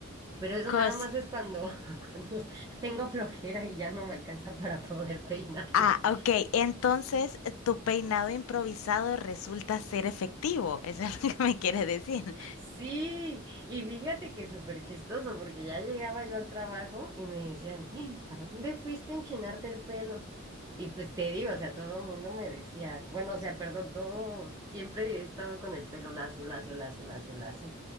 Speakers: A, on the right (about 20°); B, on the left (about 80°).
A: Pero eso nada
B: Cos-
A: más es cuando, <laughs> cuando tengo flojera y ya no me alcanza para poder peinarme.
B: ah,
A: <laughs>
B: ok. Entonces, tu peinado improvisado resulta ser efectivo. <laughs> Eso es lo que me quieres decir.
A: Sí, y fíjate que es súper chistoso porque ya llegaba yo al trabajo y me decían, "Ih, ¿a dónde fuiste a enchinarte el pelo? Y pues te digo, o sea, todo el mundo me decía, bueno, o sea, perdón, todo, siempre he estado con el pelo lacio, lacio, lacio, lacio, lacio.